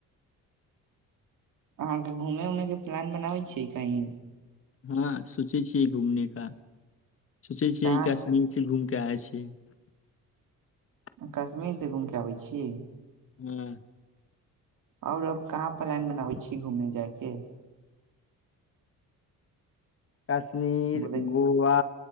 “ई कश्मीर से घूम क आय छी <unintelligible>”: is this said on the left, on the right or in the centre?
Left